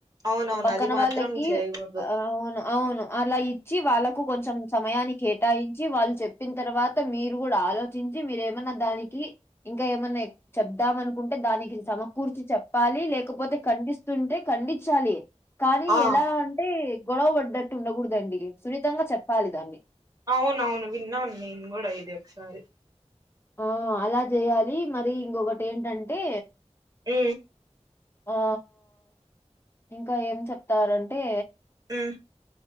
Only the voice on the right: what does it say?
అవునవును
అది మాత్రం
చేయకూడదు
ఆ
అవును అవును విన్నాను నేను కూడా ఇది ఒకసారి
ఊ
ఊ